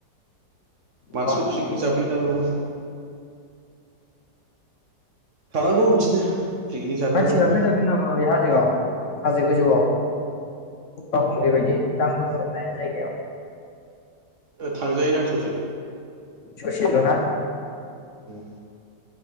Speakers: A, on the right; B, on the left.
A: मानसिफोर
B: बावखुंग्रिथिं
A: फिकनिक जाफैयोना बेवबो थांनांगौ बिदिनो पिकनिक जाग्रा
B: मानसिया
A: जायगा
B: फैना दों नामा बे हाजोआव हाजो बे गोजौआव बावखुंग्रिबायदि दांदुफुर होननाय जायगायाव
A: ओ थांजायोदां ससे
B: ससे ल'ना?
A: उम